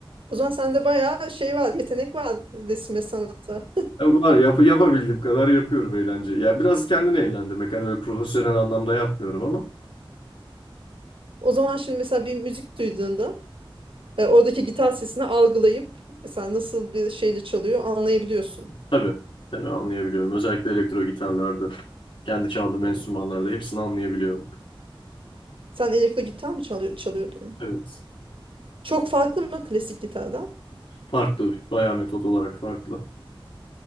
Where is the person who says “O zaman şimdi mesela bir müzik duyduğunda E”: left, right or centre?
Right